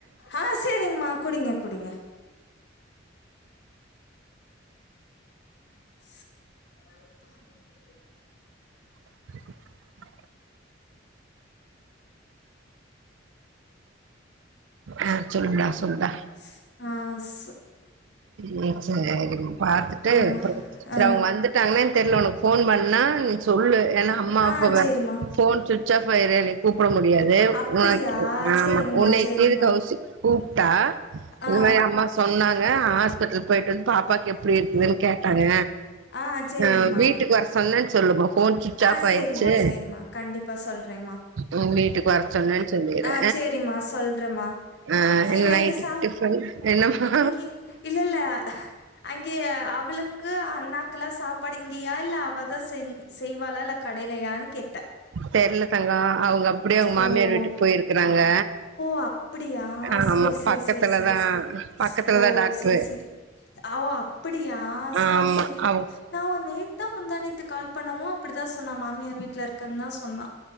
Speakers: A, on the left (about 60°); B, on the right (about 75°).
A: ஆஹ் செரிங்ம்மா குடிங்க குடிங்க <inaudible>
B: <inaudible> ஆஹ் சொல்லுடா சொல்லுடா
A: ஸ் ஆஹுஸ்
B: உம் செரி பாத்துட்டு
A: ஆ,
B: அப்புறம் செரி
A: ஆ,
B: அவங்க வந்துட்டாங்கன்ன தெரியல உனக்கு ஃபோன் பண்ணா சொல்லுது ஏன்னா அம்மா
A: ஆ,
B: அப்ப
A: சரிம்மா.
B: ஃபோன் <unintelligible> ஃப்ரை கூப்பிட முடியாது
A: அப்டியா
B: உ
A: சேரிங்மா
B: ஆமா உன்னைக்கு
A: சேரிங்மா
B: இது கவுசி கூப்டா உம்மைய
A: ஆ
B: அம்மா சொன்னாங் ஹாஸ்பிட்டல் போயிட்டு வந்து பாப்பாக்கு எப்படி இருக்குதுன்னு கேட்டாங்க
A: ஆ சேரிங்மா
B: ஆஹ் வீட்டுக்கு வர சொன்னே சொல்லுவோம் ஃபோன் சுவ்ட்சு
A: ஆ
B: ஆஃப் ஆயிடுச்சு
A: சேரிம்மா சேரிம்மா கண்டிப்பா சொல்றேம்மா
B: உ வீட்டுக்கு வர சொண்ணேன் சொல்லிரு
A: ஆ சேரிம்மா சொல்றேம்மா
B: ஆஹ்
A: சேர்
B: என்ன
A: நைட்டு
B: நைட்டுக்கு
A: சா
B: டிஃபன் என்னம்மா
A: இங்கயே இல்ல இல்ல அங்கே அவளுக்கு அண்ணாக்குல்லாம் சாப்பாடுங்கயா இல்ல அவதான் சேர்ந்து செய்வாலல கடையிலையான்னு கேட்டேன்
B: தெர்ல தங்கோ அவங்க அப்டியே அவங்க
A: ஓ
B: மாமியார்
A: ஓ
B: வீட்டுக்கு போயிருக்கறாங்க
A: ஸ் அப்படியா
B: ஆமா
A: சேரி சேரி
B: பக்கத்துலதா
A: சேரி சேரி சேரி
B: பக்கத்துலதா
A: ஸ் ஓ
B: டாக்ட்ரு
A: சேரி சேரி ஆ அப்படியா
B: ஆமா
A: சேரி சேரி
B: அவ்
A: நான் உ நேத்தா முந்தாணேத்து கால் அப்படித்தான் சொன்னா மாமியார் வீட்டுல இருக்கு தான் சொன்னா